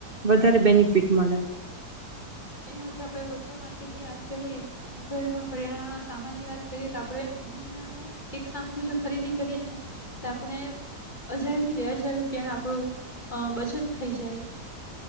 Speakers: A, on the right; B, on the left.
A: વધારે બેનિફિટ. મન. રે
B: એમાં જો આપણે રોકડ માર્કેટની વાત કરીએ ઘરનો કરિયાણા સામાન ની વાત કરીએ તો આપણે મહિનાનો એક શમ્પુ જો ખરીદી કરીએ ને તો આપણે હજાર થી બે હજાર રૂપિયા ન. આપણું બચત થઈ જાય.